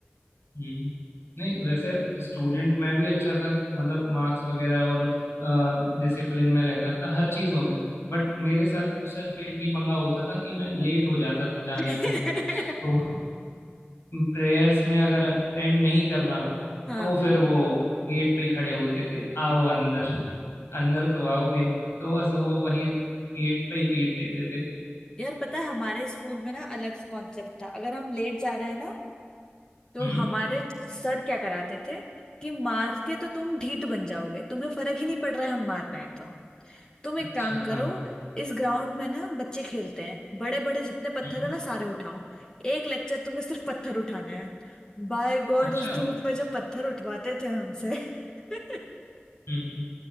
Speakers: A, on the left; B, on the left.
A: हम्म, नहीं वैसे स्टूडेंट में भी अच्छा था मतलब मार्क्स वगैरह और डिसिप्लिन में रहता था हर चीज़ों में बट मेरे साथ सिर्फ एक ही पंगा होता था कि मैं लेट हो जाता था जाने
B: <laughs>
A: में तो प्रेयर्स में अगर अटेंड नहीं कर रहा हूँ
B: हाँ
A: तो फिर वो गेट पे ही खड़े होते थे आओ अंदर अंदर तो आओगे तो बस वो वही गेट पे ही पीट देते थे
B: यार पता है हमारे स्कूल में ना अलग कॉन्सेप्ट था अगर हम लेट जा रहे हैं ना तो
A: हम्म
B: हमारे सर क्या कराते थे कि मार के तो तुम ढीठ बन जाओगे तुम्हें फर्क ही नहीं पड़ रहा है हम मार रहे हैं तो। तुम
A: अच्छा
B: एक काम करो
A: हाँ हाँ
B: इस ग्राउंड में ना बच्चे खेलते हैं बड़े बड़े जितने पत्थर
A: हम्म
B: है ना सारे उठाओ एक लेक्चर तुम्हें सिर्फ पत्थर उठाना है बाय गॉड
A: अच्छा
B: उस धूप में जो पत्थर उठवाते थे हमसे <laughs>
A: हम्म हम्म,